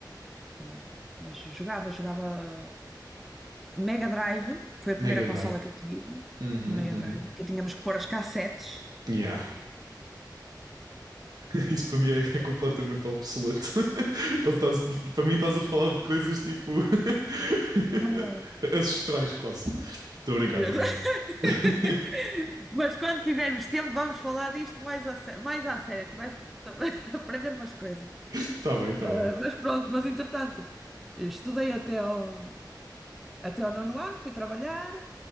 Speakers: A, in the centre; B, on the right.
A: Eh, Mas jogava, jogava. Mega Drive, foi a
B: Mega
A: primeira
B: Drive.
A: consola que eu tive,
B: Uhum,
A: a Mega
B: uhum.
A: Drive, que tínhamos que pôr as cassetes.
B: Yeah. <laughs> Isso para mim é, é
A: Era
B: completamente
A: incrível. <laughs>
B: obsoleto. <laughs> Tá- tás- para mim estás a falar de coisas tipo <laughs>
A: Oh,
B: ancestrais quase. Estou a brincar,
A: meu
B: estou
A: Deus.
B: a
A: <laughs>
B: brincar. <laughs>
A: Mas quando tivermos tempo, vamos falar disto mais a, sé- mais à sério. Tu vais <laughs> aprender umas coisas.
B: Está bem, está
A: Ah,
B: bem.
A: mas pronto, mas entretanto, estudei até ao, até ao nono ano, fui trabalhar